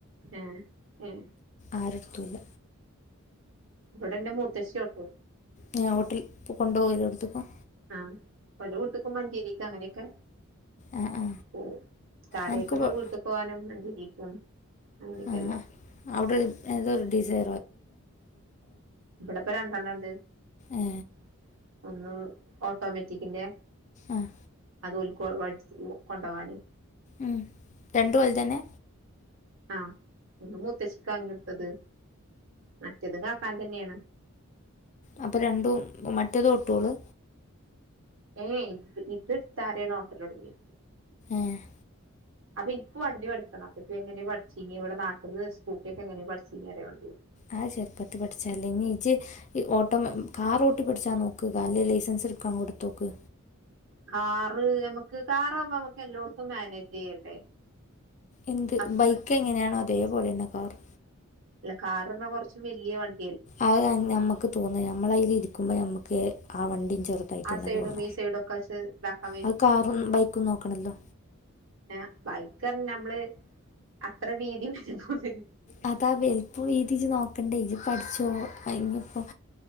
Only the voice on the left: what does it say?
ആരടുത്തൂല്ല.
ഞ വോട്ടിൽ കൊണ്ടുവോ എല്ലോട്ത്ക്കും.
ആ ആ
എനിക്ക് പോ-
ആഹ് അവിടെ ഏതൊരു ഡിസൈ
ഏ
ആഹ്
ഉം രണ്ടും ഓൽതന്നെ
അപ്പൊ രണ്ടും മറ്റേതോട്ടോള്?
ഏ
ആഹ് ചെറുപ്പത്തി പഠിച്ചല്ലേ ഇനി ഇജ്ജ് ഈ ഓട്ടം കാർ ഓട്ടി പഠിച്ചാ നോക്ക്. കാറിലെ ലൈസൻസ് എടുക്കാൻ കൊടുത്തോക്ക്.
എന്ത്
ബൈക്ക് എങ്ങനെയാണോ അതേപോലെന്നെ കാറ്.
അത് നമ്മക്ക് തോന്ന ഞമ്മളയിൽ ഇരിക്കുമ്പോ നമ്മക്ക് ഒക്കെ ആ വണ്ടി ചെറുതായിട്ടന്നെ
തോന്ന
അത് കാറും ബൈക്കും നോക്കണല്ലോ.
അതാ വെലിപ്പം വീതി ജ് നോക്കണ്ടേ ഇജ് പഠിച്ചോ അയ്നിപ്പം